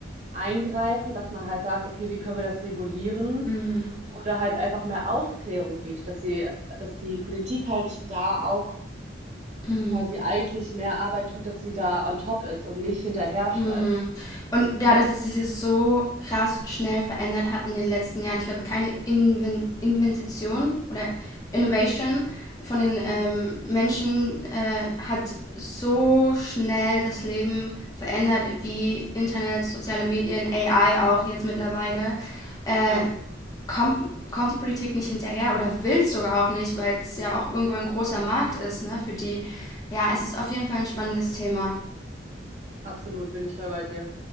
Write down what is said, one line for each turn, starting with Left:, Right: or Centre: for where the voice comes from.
Right: eingreifen, dass man halt sagt, okay, wie können wir das regulieren?
Left: Mm.
Right: Oder halt einfach mehr Aufklärung bietet, dass sie, dass die Politik halt da auch
Left: Mhm.
Right: quasi eigentlich mehr Arbeit tut, dass sie da on top ist und nicht hinterher
Left: Mhm.
Right: schleift.
Left: Und dadurch, dass sich das so krass schnell verändert hat in den letzten Jahren, ich glaube, keine Inven Invention oder Innovation von den
Right: <laughs> Mhm.
Left: ähm, Menschen äh, hat so schnell das Leben verändert, wie Internet, soziale Medien, AI auch jetzt mittlerweile. Äh,
Right: Ja,
Left: kommt, kommt die Politik nicht hinterher oder will es sogar auch nicht, weil es ja auch irgendwo ein großer Markt ist, ne, für die. Ja, es ist auf jeden Fall ein spannendes Thema.
Right: absolut, bin ich voll bei dir.